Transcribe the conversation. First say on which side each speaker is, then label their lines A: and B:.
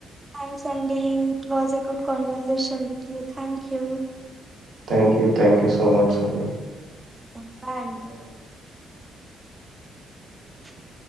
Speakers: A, on the right (about 15°); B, on the right (about 65°).
A: థ్యాంక్స్ అండి it was a good conversation with you thank you
B: thank you thank you so much సంయ
A: చెప్పాలండి అదే